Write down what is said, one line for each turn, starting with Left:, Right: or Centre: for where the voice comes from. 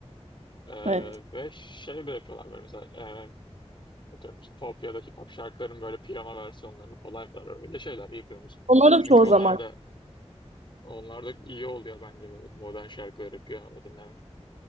Left: Ee,
Right: evet.
Left: ve şey de yapıyorlar böyle mesela e, atıyorum Topya'daki pop şarkıların böyle piyano versiyonlarını falan yapıyorlar. Öyle şeyler yapıyor musun?
Right: Onları
Left: Çünkü
Right: da çoğu
Left: onlar
Right: zaman,
Left: da onlar da iyi oluyor bence böyle modern şarkıları piyanoda dinlemek.